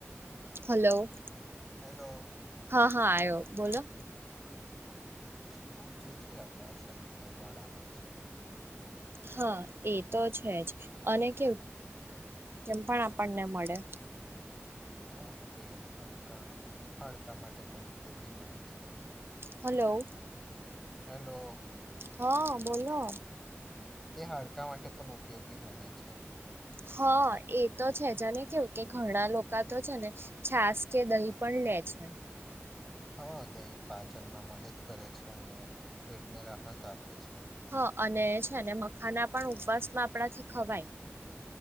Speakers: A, on the right (about 55°); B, in the centre.
A: હલો.
B: હેલો.
A: હા હા આયો બોલો.
B: દૂધ જે છે આપણા શરીરને બળ આપે છે.
A: હા એ તો છે જ અને કેવું પણ આપણને મળે.
B: હા તે હાડકા હાડકા માટે પણ ઉપયોગી મનાય છે.
A: હલો.
B: હેલો.
A: હા બોલો.
B: તે હાડકા માટે પણ ઉપયોગી મનાય છે.
A: હા એ તો છે જ ને કેવું કે ઘણા લોકો તો છે ને છાસ કે દહીં પણ લે છે.
B: હા દહીં પાચનમાં મદદ કરે છે અને પેટને રાહત આપે છે.
A: હ અને છે ને મખાના પણ ઉપવાસમાં આપણાથી ખવાય.